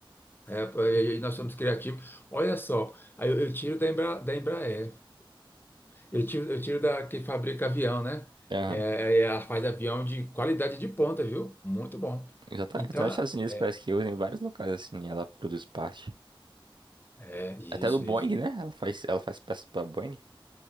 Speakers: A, on the left; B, on the right.
A: É, é, e e nós somos criativos. Olha só, aí eu eu tiro da Embra, da Embraer. Eu tiro, eu tiro da que fabrica avião, né?
B: Aham.
A: É, é, é, ela faz avião de qualidade de ponta, viu? Muito bom.
B: Já tá,
A: Então,
B: tá nos Estados Unidos,
A: é,
B: parece que usa em vários locais assim. Ela produz parte.
A: é, isso,
B: Até do Boeing,
A: isso.
B: né? Ela faz, ela faz peças pra Boeing.